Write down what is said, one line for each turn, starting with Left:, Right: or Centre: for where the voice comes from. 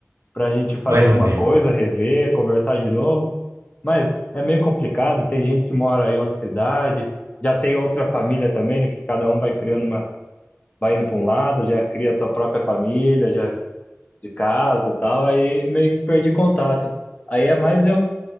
Left: para a gente fazer
Right: Mas
Left: alguma
Right: não deu.
Left: coisa, rever, conversar de novo. Mas é meio complicado, tem gente que mora em outra cidade, já tem outra família também, né, que cada um vai criando uma, vai indo para um lado, já cria sua própria família, já de casa e tal, aí meio que perdi contato. Aí é mais eu,